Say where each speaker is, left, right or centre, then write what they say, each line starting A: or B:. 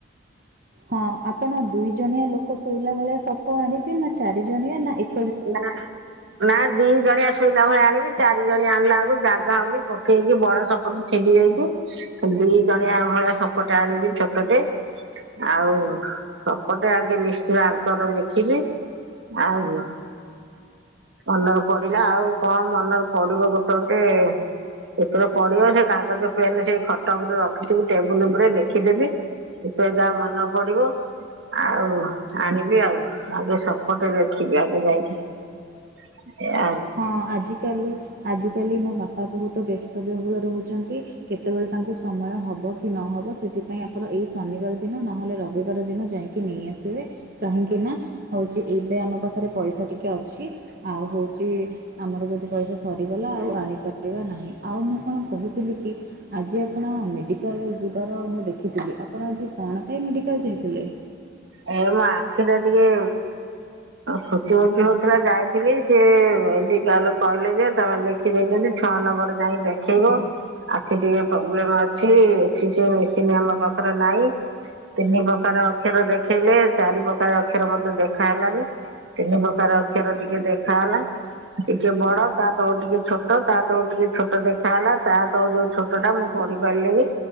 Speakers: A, on the right (about 50°); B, on the right (about 70°).
A: ହଁ, ଆପଣ ଦୁଇ ଜଣିଆ ଲୋକ ଶୋଇଲା ଭଳିଆ ସପ ଆଣିବେ ନା ଚାରି ଜଣିଆ ନା ଏକ୍
B: ନା। ନା ଦି ଜଣିଆ ଶୋଇଲା ଭଳିଆ ଆଣିବି ଚାରି ଜଣିଆ ଆଣିଲା ବେଳକୁ ଜାଗା ହଉନି ପକେଇକି ବଡ ସପ୍ ଗୋଟେ ଛିଣ୍ଡି ଯାଇଛି ଦି ଜଣିଆ ଭଳିଆ ସପଟେ ଆଣିବି ଛୋଟଟେ। ଆଉ ସପଟେ ଆଗେ ଲିଷ୍ଟର ଆଗର ଲେଖିବେ। ଆଉ ହଁ। ମନରେ ପଡ଼ିଲା ଆଉ କଣ ମନର ପଡ଼ିବ ଗୋଟେ ଗୋଟେ ଯେତେବେଳେ ପଡ଼ିବ କାଗଜ ପେନରେ ଖଟ ଉପରେ ରଖିଛି ଟେବୁଲ୍ ଉପରେ ଲେଖିଦେବି। ଯେତେବେଳେ ଯାହା ମନେ ପଡ଼ିବ ଆଉ ଆଣିବି ଆଉ ଆଗେ ସପଟେ ଲେଖିବି ଆଗେ ଯାଇକି ଏଆ ଆଉ
A: ହଁ ଆଜିକାଲି ଆଜିକାଲି ମୋ ବାପା ବହୁତ ବ୍ୟସ୍ତବହୁଳ ରହୁଚନ୍ତି। କେତେବେଳେ ତାଙ୍କୁ ସମୟ ହବ କି ନହବ ସେଥିପାଇଁ ଆପଣ ଏଇ ଶନିବାର ଦିନ ନହେଲେ ରବିବାର ଦିନ ଯାଇକି ନେଇ ଆସିବେ କାହିଁକି ନା ହଉଛି ଏବେ ଆମ ପାଖରେ ପଇସା ଟିକେ ଅଛି। ଆଉ ହଉ ଚି ଆମର ଯଦି ପଇସା ସରିଗଲା ଆଉ ଆଣିପାରିବା ନାହିଁ। ଆଉ ମୁଁ କଣ କହୁଥିଲି କି ଆଜି ଆପଣ ମେଡ଼ିକାଲ ଯିବାର ମୁଁ ଦେଖିଥିଲି, ଆପଣ ଆଜି କଣ ପାଇଁ ମେଡ଼ିକାଲ ଯାଇଥିଲେ?
B: ଏ ମୋ ଆଖିଟା ଟିକେ ଖୁଞ୍ଚି ଖଞ୍ଚି ହଉଥିଲା ଯାଇଥିଲି, ସିଏ ମେଡିକାଲ କହିଲେ ଯେ ତମେ ଲେଖ ଲେଖି ଦେଇଛନ୍ତି ଛଅ ନମ୍ବର ଯାଇଁ ଦେଖେଇବ। ଆଖି ଟିକେ ପ୍ରୋବ୍ଲେମ ଅଛି। ଏଠି ସେଇ ମେସିନ ଆମ ପାଖରେ ନାହିଁ। ତିନି ପ୍ରକାର ଅକ୍ଷର ଦେଖେଇଲେ, ଚାରି ପ୍ରକାର ଅକ୍ଷର ମତେ ଦେଖା ହେଲାନି। ତିନି ପ୍ରକାର ଅକ୍ଷର ଟିକେ ଦେଖା ହେଲା। ଟିକେ ବଡ ତା ତଳ ଟିକେ ଛୋଟ ତା ତଳ ଟିକେ ଛୋଟ ଦେଖାହେଲା ତା ତଳ ଯୋଉ ଛୋଟଟା ମୁଁ ପଢ଼ି ପାରିଲିନି।